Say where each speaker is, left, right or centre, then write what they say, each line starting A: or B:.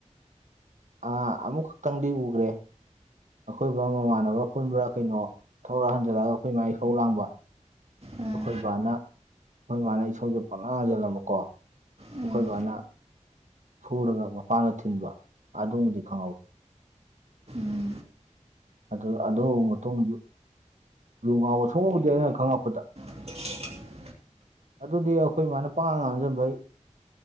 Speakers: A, on the right (about 70°); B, on the right (about 55°).
A: ꯑꯥ ꯑꯃꯨꯛ ꯈꯛꯇꯪꯗꯤ ꯎꯒ꯭ꯔꯦ꯫ ꯑꯩꯈꯣꯏꯕꯥ ꯃꯃꯥꯟꯅꯕ ꯄꯨꯟꯕ꯭ꯔꯥ ꯀꯩꯅꯣ ꯊꯧꯔ ꯍꯟꯖꯜꯂꯒ ꯑꯩꯈꯣꯏ ꯃꯥꯏ ꯁꯧ ꯂꯥꯡꯕ꯫
B: ꯎꯝ
A: ꯑꯈꯣꯏ ꯕꯥꯅ ꯑꯈꯣꯏ ꯃꯥꯅ ꯏꯁꯧꯖꯦ ꯄꯪꯂꯥꯡ ꯂꯥꯡꯖꯤꯜꯂꯕꯀꯣ
B: ꯎꯝ
A: ꯑꯩꯈꯣꯏꯕꯥꯅ ꯐꯨꯔꯒ ꯃꯄꯥꯟꯗ ꯊꯤꯟꯕ ꯑꯗꯨꯃꯗꯤ ꯈꯪꯍꯧ꯫
B: ꯎꯝ
A: ꯑꯗꯨ ꯑꯗꯨ ꯃꯇꯨꯡ ꯂꯨ ꯉꯥꯎꯕ ꯁꯣꯡꯉꯕꯨꯗꯤ ꯑꯩꯅ ꯈꯪꯉꯛꯄꯗ
B: <inaudible>
A: ꯑꯗꯨꯗꯤ ꯑꯩꯈꯣꯏ ꯃꯥꯅ ꯄꯉꯥꯡ ꯉꯥꯡꯖꯟꯕꯩ